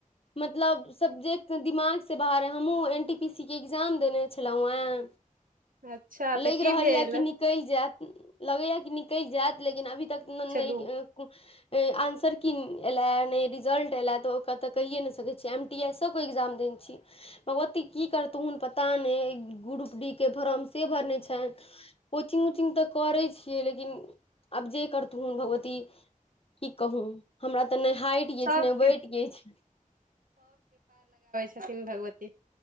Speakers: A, on the left; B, on the right.
A: मतलब सब्जेक्ट तै दिमाग से बाहर है हमूँ एन टी पी सी के एग्जाम देने छलौ एं,
B: अच्छा
A: लैग
B: तऽ
A: रहल
B: भेल
A: या की निकल जाएत उम्म लगए या कि निकल जाएत लेकिन अभी त नै-नै
B: चलू
A: ए कु ए आन्सर किन ऐलाए नै रिजल्ट ऐलाए तऽ ओकरा तऽ कहिए नै सकै छियै। एम टी एसो के एग्जाम देने छी भगवती की करथुन पता नै ग्रुप डी के फॉरम से भरने छै, कोचिंग उचिंग तऽ करै छियै लेकिन आब जे करथुन भगवती की कहू। हमरा तऽ नै हाइट किछ,
B: सभके
A: नै बैट किछ।
B: छथीन भगवती।